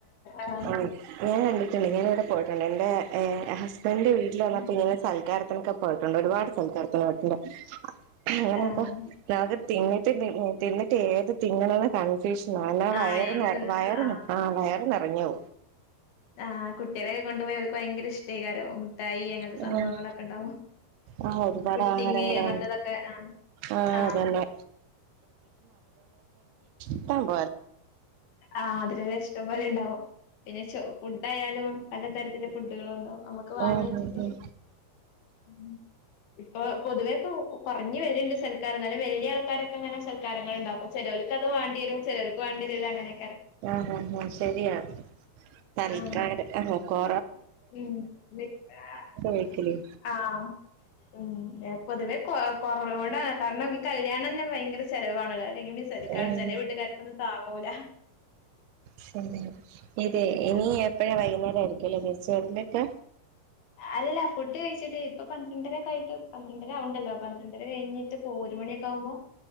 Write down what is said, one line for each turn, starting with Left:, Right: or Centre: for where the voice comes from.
Left: ആഹ്
Right: ആ ഞൻണ്ട ണ്ട് ഞാനിവിടെ പോയിട്ടുണ്ട് എന്റെ ഹസ് എന്റെ വീട്ടില വന്നാ
Left: ആഹ്
Right: പിന്നെ സൽക്കാരം ക്കെ പോയിട്ടിട് ഒരുപാട് സൽക്കാരത്തിന് പോയിട്ട്ണ്ട് അങ്ങനെപ്പ
Left: ആഹ്
Right: നഗ തിന്നിട്ട് തിന്നിട്ട് എന്നിട്ട് ഏത് തിന്നണെന്ന് കൺഫ്യൂഷൻ ആ വയ
Left: ആഹ്
Right: വയറു
Left: ഏത്
Right: നിറ
Left: തിന്ന്
Right: വയറു
Left: ആഹ്
Right: നീ <unintelligible> നിറഞ്ഞു
Left: ആഹ് കുട്ടികളെക്കെ കൊണ്ടുപോയി അവർക്ക് ഭയങ്കര ഇഷ്ടം ഷീകാര മുത്തായി അങ്ങനത്തെ
Right: പോവും
Left: സംഭവങ്ങളൊക്കെ ഉണ്ടാവും
Right: ആഹ് ഒരുപാട്
Left: പുട്ടിങ്ങ
Right: ആഹാരങ്ങള്
Left: അങ്ങനത്തതൊക്കെ
Right: ആഹ്
Left: ആ ആ
Right: അതന്നെ ത
Left: ആഹ് <unintelligible> ഇഷ്ടംപലെ ഉണ്ടാവും പിന്നെ ചു ഫുഡായാലും പലതരത്തിലും ഫുഡുകൾ ഉണ്ടാവും നമുക്ക് വേണ്ടി
Right: ഉം
Left: വെച്ചിട്ട്
Right: ഉം ഉം
Left: ഉം ഇപ്പൊ പൊതുവേക്കെ കൊർഞ്ഞ് വെര്ണ്ട് സൽക്കാരം ന്നാലും വെല്ല്യാൾക്കാരൊക്കെ ങ്ങനെ സൽക്കാരങ്ങള്ണ്ടാക്കും ചേലോല്ക്കത് വാണ്ട്യെരും ചെലോല് വാണ്ട്യെ രൂല അങ്ങനെ
Right: ആഹ് ഹാ ഹാ ശെരിയാ പറീക്കാരം
Left: ആഹ്
Right: അഹാ കോ
Left: ഉം <unintelligible>
Right: വിളിക്കല്
Left: ആഹ് ഉം ന പൊതുവേ കൊ കൊ കൊറോണ കാരണം ഈ കല്യാണംന്നെ ഭയങ്കര ചെലവാണല്ലോ അല്ലെങ്കിലും ഈ സതിക്കാരം
Right: ഉം
Left: ചെല വീട്ടുകാർക്കൊന്നും താങ്ങൂല.
Right: ശരി ഇതെ ഇനി
Left: ഉം
Right: എപ്പഴാ വൈകുന്നേരം ആയിരി ഇല <unintelligible> ച്ചരിലൊക്കെ
Left: അല്ല ഫുഡ് കഴിച്ചിട്ട് ഇപ്പ പന്ത്രണ്ടരൊക്കെ ആയിട്ട് പന്ത്രണ്ടര ആവണ്ടല്ലോ പന്ത്രണ്ടര കഴിഞ്ഞിട്ട് പോ രു മണിയൊക്കെ ആവുമ്പോ